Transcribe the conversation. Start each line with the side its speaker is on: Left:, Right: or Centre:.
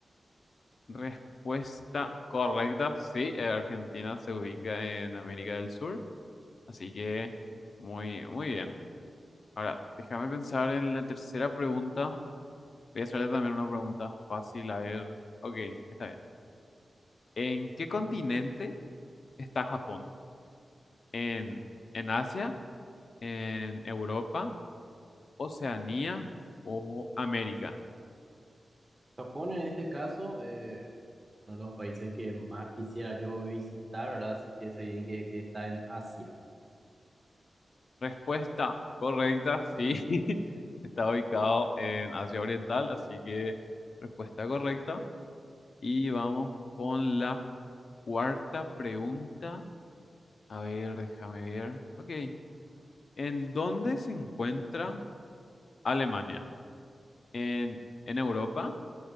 Left: Respuesta correcta, sí, eh, Argentina se ubica en América del Sur, así que muy, muy bien. Ahora, déjame pensar en la tercera pregunta. Voy a hacerte también una pregunta fácil, a ver. Ok, está bien. ¿En qué continente está Japón? ¿En, en Asia? ¿En Europa? ¿Oceanía o América?
Right: Japón en este caso, eh, uno de los países que más quisiera yo visitar, ¿verdad? Así que sé bien que que está en Asia.
Left: Respuesta correcta, sí. <laughs> Está ubicado en Asia Oriental, así que respuesta correcta. Y vamos con la cuarta pregunta. A ver, déjame ver. Ok. ¿En dónde se encuentra Alemania? ¿En, en Europa?